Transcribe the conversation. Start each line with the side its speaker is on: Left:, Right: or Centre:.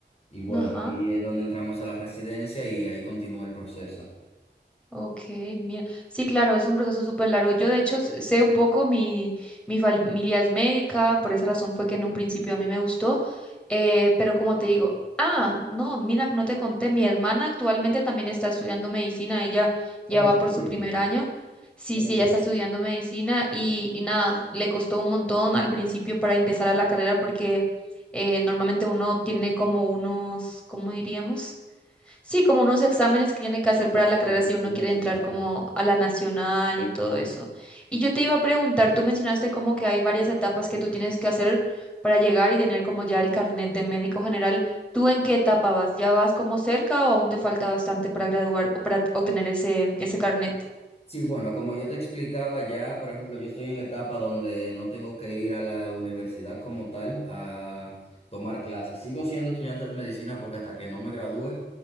Left: Y bueno,
Centre: Ajá.
Left: ahí es donde entramos a la residencia y ahí continúa el proceso.
Centre: Ok, mira. Sí, claro, es un proceso súper largo. Yo, de hecho, s- sé un poco, mi, mi familia es médica, por esa razón fue que en un principio a mí me gustó, eh, pero como te digo, ah, no, mira, que no te conté, mi hermana actualmente también está estudiando medicina, ella
Left: Oh,
Centre: ya
Left: ¿en
Centre: va por
Left: serio?
Centre: su primer año. Sí,
Left: Qué
Centre: sí,
Left: bien.
Centre: ella está estudiando medicina y, y nada, le costó un montón al principio para ingresar a la carrera porque eh, normalmente uno tiene como unos, ¿cómo diríamos? Sí, como unos exámenes que tiene que hacer para
Left: Los,
Centre: la carrera
Left: los exámenes,
Centre: si uno quiere entrar
Left: claro.
Centre: como a la nacional y todo eso. Y yo te iba a preguntar, tú mencionaste como que hay varias etapas que tú tienes que hacer para llegar y tener como ya el carnet de médico general. ¿Tú en qué etapa vas? ¿Ya vas como cerca o aún te falta bastante para graduar, para obtener ese, ese carnet?
Left: Sí, bueno, como yo te explicaba ya, por ejemplo, yo estoy en la etapa donde no tengo que ir a la universidad como tal a tomar clases. Sigo siendo estudiante de medicina porque hasta que no me gradúe